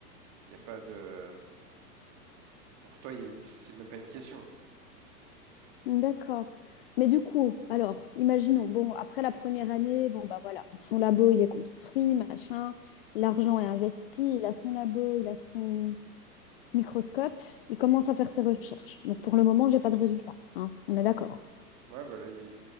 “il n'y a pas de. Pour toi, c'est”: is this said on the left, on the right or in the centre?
Right